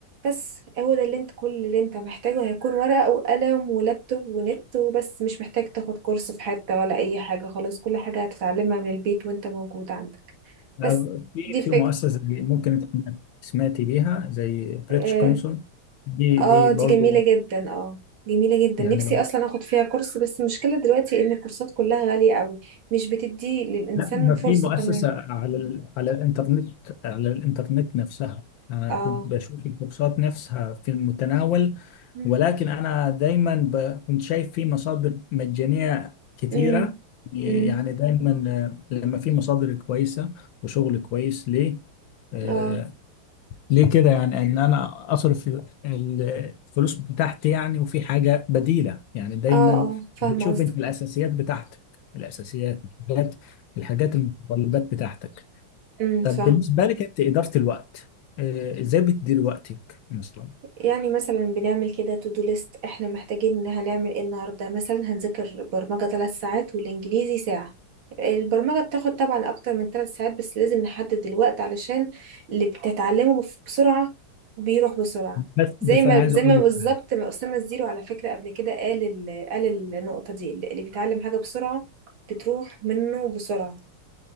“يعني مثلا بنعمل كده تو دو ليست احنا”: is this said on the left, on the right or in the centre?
Right